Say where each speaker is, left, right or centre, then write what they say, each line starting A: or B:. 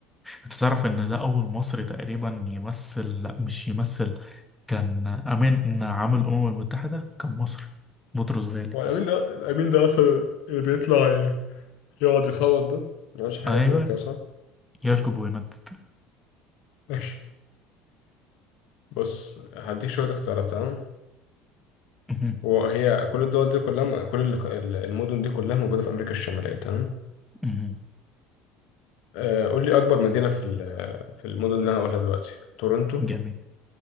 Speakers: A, in the centre; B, on the left.
A: انت تعرف ان ده اول مصري تقريبا يمثل لا مش يمثل كان امين عامل الامم المتحدة كان مصري بطرس غالي
B: هو الأمين ده الأمين ده أصلا اللي بيطلع يقعد يصوت ده ملوش حاجة
A: ايوه
B: كده كده صح؟
A: يشجب وينتت
B: ماشي بص هديك شوية اختيارات تمام
A: مهم.
B: هو هي كل الدول دي كلها كل ال- ال- المدن دي كلها موجودة في أمريكا الشمالية تمام
A: مهم.
B: آه، قول لي أكبر مدينة في ال- في المدن اللي أنا هقولها دلوقتي تورونتو
A: جميل